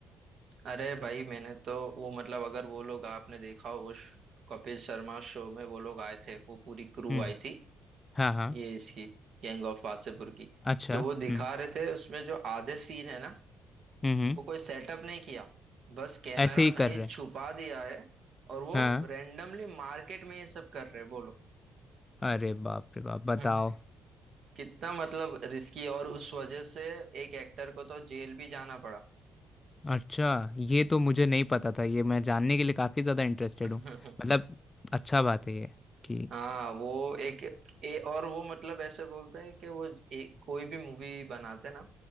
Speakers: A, on the right; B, on the left.
A: अरे भाई मैंने तो वो मतलब अगर वो लोग आपने देखा हो उस कपिल शर्मा शो में वो लोग आए थे वो पूरी क्रू
B: हम्म
A: आई थी
B: हाँ हाँ
A: ये इसकी गैंग ऑफ वासेपुर की
B: अच्छा
A: तो वो दिखा
B: हम्म
A: रहे थे उसमें जो आधे सीन है ना
B: हम्म हम्म,
A: वो कोई सेटअप नहीं किया बस कैमरा
B: ऐसे ही
A: कहीं
B: कर रहे हैं
A: छुपा दिया है और वो
B: हाँ
A: रेंडमली मार्केट में ये सब कर रहे हैं, बोलो
B: अरे बाप रे बाप बताओ
A: <laughs> कितना मतलब रिस्की और उस वजह से एक एक्टर को तो जेल भी जाना पड़ा
B: अच्छा ये तो मुझे नहीं पता था ये मैं जानने के लिए काफी ज्यादा इंटरेस्टेड
A: <laughs>
B: हूँ मतलब अच्छा बात है ये कि
A: हाँ वो एक ए, और वो मतलब ऐसे बोलते हैं कि वो एक, कोई भी मूवी बनाते ना